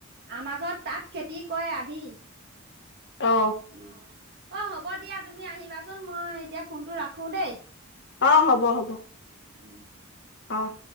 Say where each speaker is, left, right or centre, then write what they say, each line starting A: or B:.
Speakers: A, on the right; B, on the left.
A: আমাৰ ঘৰত তাত খেতি কৰে আধি
B: অ
A: উম, অ, হ'ব দিয়া তুমি আহিবাচোন মই এতিয়া ফোনটো ৰাখো দেই।
B: অ, হ'ব, হ'ব।
A: উম।
B: অহ।